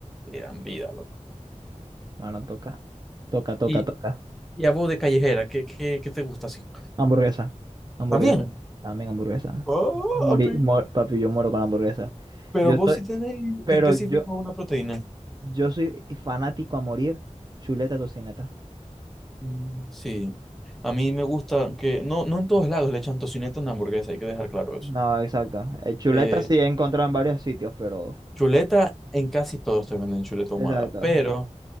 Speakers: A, in the centre; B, on the right (about 35°).
A: le dan vida, loco.
B: No, no toca. Toca, toca,
A: Y,
B: toca.
A: y a vos de callejera, ¿qué, qué, qué te gusta así?
B: Hamburguesa, hamburguesa,
A: También.
B: también hamburguesa.
A: Papi,
B: Morí, mo- papi, yo muero con la hamburguesa.
A: pero
B: Yo
A: vos
B: soy,
A: sí tenés
B: pero
A: específico
B: yo,
A: una proteína.
B: yo soy fanático a morir, chuleta tocineta.
A: Mm, Sí, a mí me gusta que no, no en todos lados le echan tocineta a una hamburguesa, hay que dejar claro eso.
B: No, exacto. Eh, chuleta
A: Eh,
B: sí he encontrado en varios sitios, pero
A: chuleta, en casi todos te venden chuleta
B: exacto,
A: ahumada, pero